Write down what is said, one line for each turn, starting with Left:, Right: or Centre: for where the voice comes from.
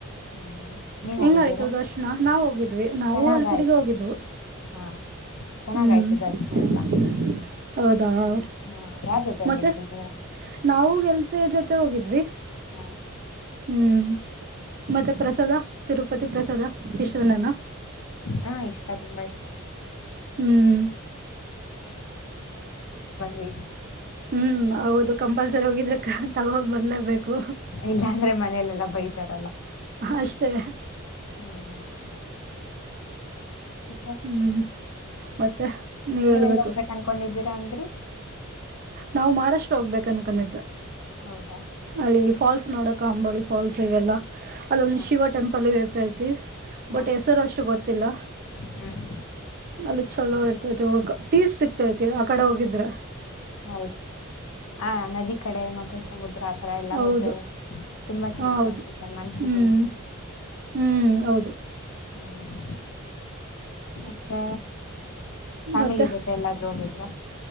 Left: ಹ್ಮ್ ನೀವ್
Right: ಹೆಂಗಾಯ್ತು
Left: ಹೋಗಿದ್ದೀರಾ
Right: ದರ್ಶನ ನಾವ್ ಹೋಗಿದ್ದ ನಾವು
Left: ಚೆನ್ನಾಗಾಯ್ತು
Right: ಅಲಪಿರಿಗೆ ಹೋಗಿದ್ದ್ವು
Left: ಹಾ ಚೆನ್ನಾಗಾಯ್ತು
Right: ಹ್ಮ್ <unintelligible>
Left: ದರ್ಶನ ಎಲ್ಲ
Right: ಹೌದು ಹಾ
Left: ಹಾ ಯಾರ್ ಜೊತೆ ಹೋಗಿದ್ರಿ
Right: ಮತ್ತೆ
Left: ನೀವು
Right: ನಾವು ಎಲ್ ಇವರು ಜೊತೆ ಹೋಗಿದ್ವಿ
Left: ಹ
Right: ಹ್ಮ್ ಮತ್ತೆ ಪ್ರಸಾದ ತಿರುಪತಿ ಪ್ರಸಾದ ವಿಶ್ವನಾನ
Left: ಹಾ ಇಷ್ಟ ತುಂಬಾ ಇಷ್ಟ
Right: ಹ್ಮ್
Left: ವಿ
Right: ಹ್ಮ್ ಹೌದು ಕಂಪಲ್ಸರಿ ಹೋಗಿದ್ರೆ ತಗೋ ಬರ್ಲೇಬೇಕು
Left: ಇಲ್ಲಾಂದ್ರೆ ಮನೇಲೆಲ್ಲಾ ಬೈತಾರಲ್ಲ
Right: ಅಷ್ಟ ಸ
Left: ಹ್ಮ್ ಮತ್ತೆ
Right: ಹ್ಮ್ ಮತ್ತೆ ನೀವ್
Left: ನೀವೆಲ್ಲ
Right: ಹೇಳ್ಬೇಕು
Left: ಹೋಗ್ಬೇಕು ಅನ್ಕೊಂಡಿದ್ದೀರಾ ಅಂದ್ರಿ
Right: ನಾವು ಮಹಾರಾಷ್ಟ್ರ ಹೋಗ್ಬೇಕ ಅನ್ಕೊಂಡಿದ್ದ
Left: ಹೌದಾ
Right: ಅಲ್ಲಿ ಫಾಲ್ಸ್ ನೋಡ ಕಾಮವಿಫಾಲಲ್ಸ್ ಈ ಎಲ್ಲ ಅಲ್ಲೊಂದು
Left: ಹಾ
Right: ಶಿವ ಟೆಂಪಲ್ ಗೆ ಇರ್ತಾ ಇತ್ತು
Left: ಹಾ
Right: ಬಟ್ ಹೆಸರು ಅಷ್ಟು ಗೊತ್ತಿಲ್ಲ
Left: ಹ್ಮ್
Right: ಅಲ್ಲಿ ಚಲೋ ಇರ್ತೈತಿ ಹೋಗಕ್ ಪೀಸ್ ಸಿಕ್ತೈತಿ ಆ ಕಡೆ ಹೋಗಿದ್ರ
Left: ಹೌದು ಆ ನದಿ ಕಡೆ ಮತ್ತೆ ಸಮುದ್ರ ಆತರ ಎಲ್ಲ
Right: ಹೌದು
Left: ಹೋದ್ರೆ ತುಂಬಾ ಚೆನ್ನಾಗ
Right: ಹ ಹೌದು
Left: ಅನ್ಸುತ್ತೆ ಮನ್ಸಿಗೂನು
Right: ಹ್ಮ್ ಹ್ಮ್ ಹೌದು
Left: ಹ್ಮ್ ಮತ್ತೆ ಫ್ಯಾಮಿಲಿ
Right: ಮತ್ತೆ
Left: ಜೊತೆ ಎಲ್ಲಾದ್ರೂ ಹೋಗಿದ್ರ